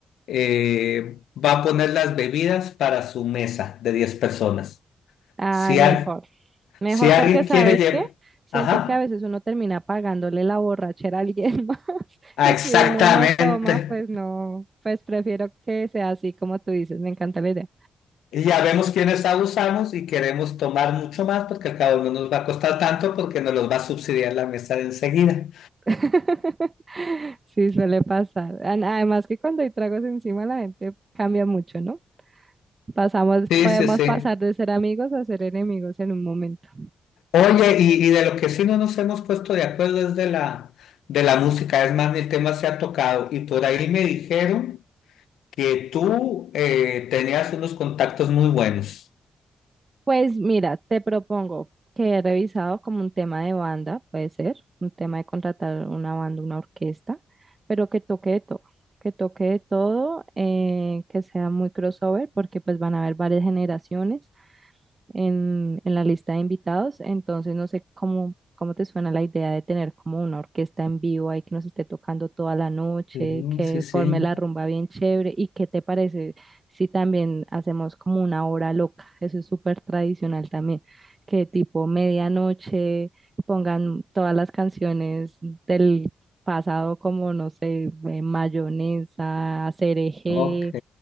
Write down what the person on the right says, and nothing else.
Ay,
mejor.
Mejor
porque, ¿sabes
qué? Siento
que a veces uno termina pagándole la borrachera a alguien <laughs> más
y
si uno no toma, pues no, pues prefiero que sea así como tú dices, me encanta la idea.
<laughs> Sí, suele pasar. An- Además que cuando hay tragos encima la gente cambia mucho, ¿no? Pasamos, podemos
pasar de ser amigos a ser enemigos en un momento.
Pues mira, te propongo que he revisado como un tema de banda, puede ser, un tema de contratar una banda, una orquesta, pero que toque de todo, que toque de todo, eh, que sea muy crossover, porque pues van a haber varias generaciones en, en la lista de invitados, entonces no sé cómo, cómo te suena la idea de tener como una orquesta en vivo ahí que nos esté tocando toda la noche,
que
forme la rumba bien chévere, ¿y qué te parece? Sí, también hacemos como una hora loca, eso es súper tradicional también, que tipo medianoche pongan todas las canciones del pasado como, no sé, eh, Mayonesa, Cereje,